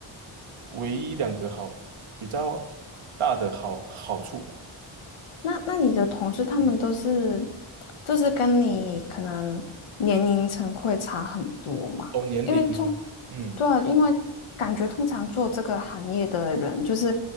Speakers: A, on the right; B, on the left.
A: 唯一两个好比较大的好好处吧。
B: 那那你的同事他们都是，
A: 嗯，
B: 就是跟你可能年龄层会差很多嘛？
A: 哦，年龄吗？
B: 因为通，
A: 嗯
B: 对啊，因为感觉通常做这个行业的人，就是